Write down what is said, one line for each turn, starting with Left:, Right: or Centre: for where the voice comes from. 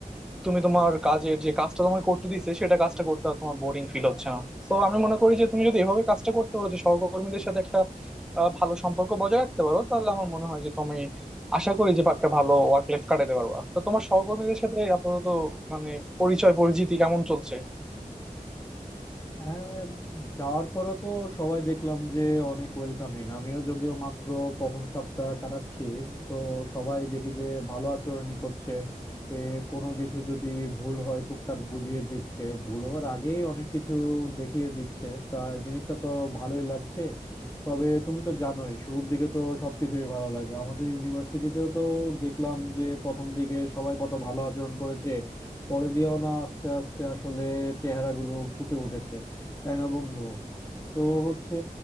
Centre: তুমি তোমার কাজের যে কাজটা তোমাকে করতে দিচ্ছে সেটা কাজটা করতে আর তোমার বোরিং ফিল হচ্ছে না তো আমি মনে করি যে তুমি যদি এভাবে কাজটা করতে পারো যে সহকর্মীদের সাথে একটা আহ, ভালো সম্পর্ক বজায় রাখতে পারো তাহলে আমার মনে হয় যে তুমি আশা করি যে একটা ভালো ওয়ার্ক লাইফ কাটাতে পারবা তো তোমার সহকর্মীদের সাথে আপাতত মানে পরিচয় পরিচিতি কেমন চলছে
Left: হ্যাঁ যাওয়ার পরে তো সবাই দেখলাম যে অনেক ওয়েলকামিং আমিও যদিও মাত্র প্রথম সপ্তাহ কাটাচ্ছি তো সবাই দেখি যে ভালো আচরণই করছে এ কোনো কিছু যদি ভুল হয় টুকটাক বুঝিয়ে দিচ্ছে ভুল হওয়ার আগেই অনেক কিছু দেখিয়ে দিচ্ছে তা জিনিসটা তো ভালোই লাগছে তবে তুমি তো জানোই শুরুর দিকে তো সবকিছুই ভালো লাগে আমাদের ইউনিভার্সিটিতেও তো দেখলাম যে প্রথম দিকে সবাই কত ভালো আচরণ করেছে পরে দিয়েও না আস্তে আস্তে আসলে চেহারাগুলো ফুটে উঠেছে তাই না বন্ধু তো হচ্ছে